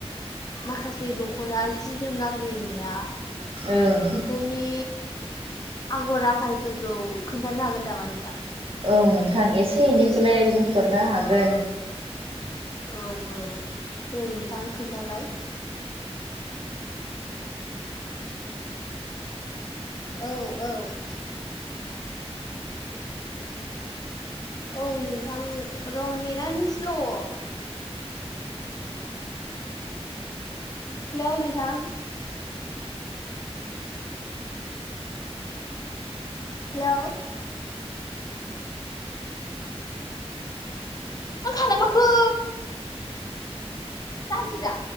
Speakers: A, on the left; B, on the right.
A: माखासे दख'ना सि जोम गानबोयोमोनना।
B: ओं
A: बेफोरनि। आगर आखाइफोरखौ खोन्थानो हागोन नामा नोंथां।
B: औ नोंथां एसे
A: फंनैसो
B: एनैखौलाय
A: बिजिरनानै
B: बुंफोरनो हागोन
A: औ औ दे नोंथां खोन्थालाय। औ औ औ नोंथां र' नेटआनो स्ल'। हेलौ नोंथां। हेल'। आं खालामाखै। जानोसै दा।